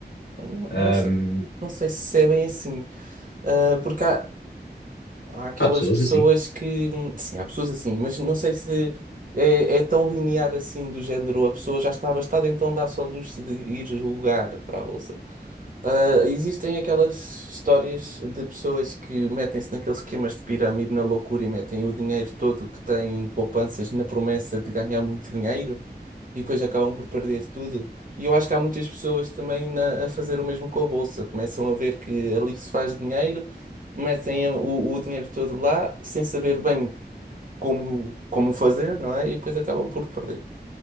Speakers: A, on the right (about 50°); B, on the left (about 75°).
A: Não,
B: Ahm,
A: não sei. Não sei se é bem assim. Ah, porque há, há aquelas
B: há pessoas
A: pessoas
B: assim,
A: que. Sim, há pessoas assim, mas não sei se é, é tão linear assim do género. A pessoa já está abastada, então dá só luxo de ir jogar para a bolsa. Ah, existem aquelas histórias de pessoas que metem-se naqueles esquemas de pirâmide na loucura e metem o dinheiro todo que têm em poupanças na promessa de ganhar muito dinheiro e depois acabam por perder tudo. E eu acho que há muitas pessoas também na- a fazer o mesmo com a bolsa. Começam a ver que ali se faz dinheiro, metem o, o dinheiro todo lá sem saber bem como, como fazer, não é? E depois acabam por perder.